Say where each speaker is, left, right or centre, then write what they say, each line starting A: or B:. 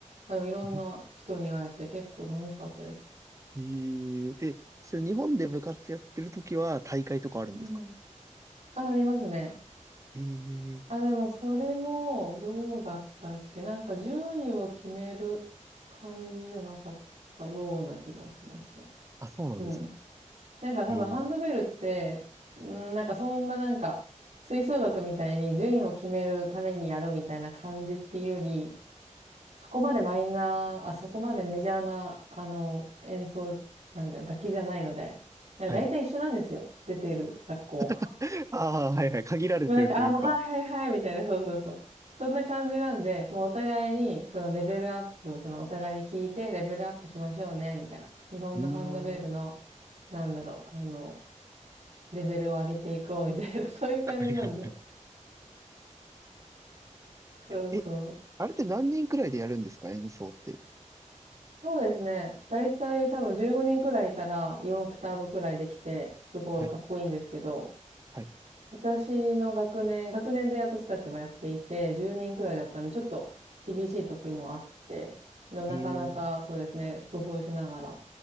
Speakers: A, on the right; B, on the right.
A: まあ、でもいろんな人に会えて結構楽しかったです。
B: <laughs> えー、え、それ日本で部活やってるときは大会とかあるんですか
A: うんうん。あ、ありますね。
B: ええ
A: あ、でもそれも、どうだったっけなんか順位を決める感じじゃなかったような気がしますね。
B: あ、そうなんですね。
A: うん。なんか多分ハンドベルって、
B: えー
A: うん、なんかそんななんか、吹奏楽みたいに順位を決めるためにやるみたいな感じっていうより、そこまでマイナー、あ、そこまでメジャーな、あの、演奏、なんだよ、楽器じゃないので。だいたい一緒なんですよ。
B: はい。
A: 出ている学校。
B: <laughs> ああ、はいはい。限られてるというか。
A: もうなんか、あ、もう、はいはいはい、みたいな、そうそうそう。そんな感じなんで、もうお互いに、そのレベルアップ、そのお互いに聞いてレベルアップしましょうね、みたいな。日本のハンドベルの、
B: うーん。あ
A: なんだろう、あの、レベルを上げていこう、みたいな、<laughs> そういう感じなんで。
B: りが
A: そうそう。
B: え、あれって何人くらいでやるんですか演奏って。
A: そうですね。だいたい多分15人くらいいたら4オクターブくらいできて、すごいかっこいいんですけど、
B: はい、はい。
A: 私の学年、学年で私たちはやっていて、10人くらいだったので、ちょっと厳しい時もあって、でもなかなかそうですね、
B: ええ、
A: 工夫しながら、